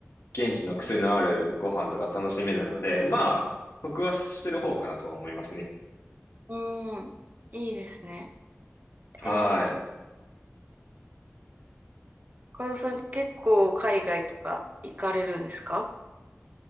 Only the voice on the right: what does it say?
うん、いいですね。
えー、そっか、岡田さん結構海外とか行かれるんですか